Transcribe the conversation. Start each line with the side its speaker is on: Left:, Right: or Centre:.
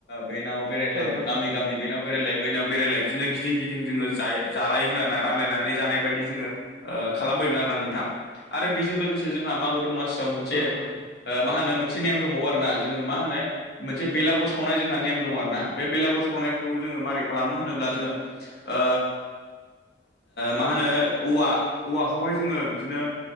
Left: बेनाव बेरायलाय
Right: औ नोंथां औ
Left: गामि गामि बेनाव बेरायलाय- बैनाव बेरायलाय बिदिनो गिदिं गिदिं जोङो जायो जालायोमोन आरोना रानलायनानै जानाय बायदि जोङो खालामबोयोमोन आरोना नोंथां! आरो बेजों लोगोसे जोंहा मागो दमासिआव मोनसे
Right: औ नोंथां औ
Left: मा होनो मोनसे नेम दंबावो आरोना जोङो मा होनो मोनसे बेलागुर सावनाय जोंहा नेम दङ आरो ना! बे बेलागर सावनायखौ जोङो माबारै खालामो होनोब्ला जोङो ओ मा होनो औवा औवाखौहाय जोङो बिदिनो-